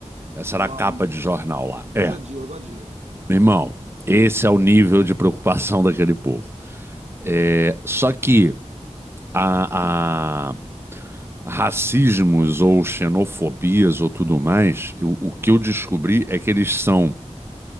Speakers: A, on the right; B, on the right.
A: Essa era
B: Uau,
A: a capa
B: hein?
A: de jornal lá. É,
B: Ousadia, ousadia.
A: meu irmão, esse é o nível de preocupação daquele povo. É, só que a, a- racismos ou xenofobias ou tudo mais, eu- o que eu descobri é que eles são